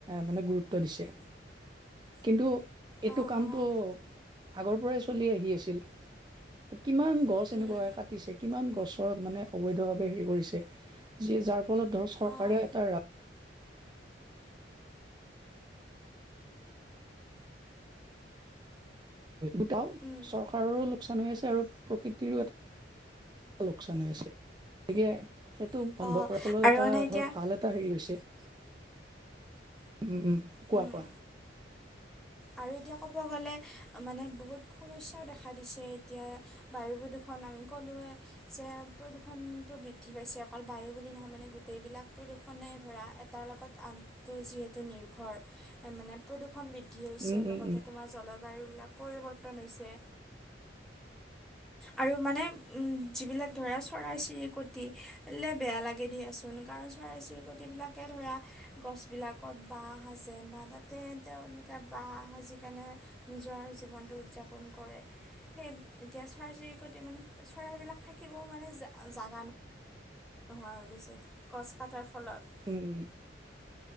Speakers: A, on the right; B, in the centre.
A: মানে গুৰুত্ব দিছে কিন্তু এইটো
B: অঁ
A: কামটো
B: অঁ
A: আগৰ পৰাই চলি আহি আছিল। কিমান গছ
B: উম
A: এনেকুৱা কাটিছে। কিমান গছৰ মানে অবৈধ ভাৱে হেৰি কৰিছে যি যাৰ ফলত ধৰ চৰকাৰে
B: অঁ
A: এটা ৰাজত্ব দুটাও
B: উম
A: চৰকাৰ ৰৰো লোকচান হৈ আছে আৰু প্ৰকৃতিৰো এটা লোকচান হৈ আছে গতিকে সেইটো বন্ধ
B: অঁ
A: কৰাৰ ফলত
B: আৰু
A: এটা
B: মানে এতিয়া
A: ধৰ ভাল এটা এটা হেৰি হৈছে উম, উম, কোৱা
B: উম
A: কোৱা।
B: আৰু এতিয়া ক'ব গ'লে মানে বহুত সমস্যাও দেখা দিছে এতিয়া বায়ু প্ৰদূষণ আমি ক'লোৱে। যে প্ৰদূষণটো বৃদ্ধি পাইছে অকল বায়ু বুলি নহয় মানে গোটেইবিলাক প্ৰদূষণে ধৰা এটাতৰ লগত আনটো যিহেতু নিৰ্ভৰ মানে প্ৰদূষণ বৃদ্ধি হৈছে
A: উম
B: লগতে
A: উম উম
B: তোমাৰ জলবায়ুবিলাক পৰিৱৰ্তন হৈছে। আৰু মানে উম, যিবিলাক ধৰা চৰাই চিৰিকটি বেয়া লাগে দিয়াচোন। কাৰণ চৰাই চিৰিকটিবিলাকে ধৰা গছবিলাকত বাহ সাজে বা তাতে তেওঁলোকে বাহ সাজি কেনে নিজৰ জীৱনটো উদযাপন কৰে সেই এতিয়া চৰাই চিৰিকটি মানে চৰাইবিলাক থাকিবও মানে জাগা ন নোহোৱা হৈ গৈছে গছ কাটাৰ ফলত।
A: উম, উম,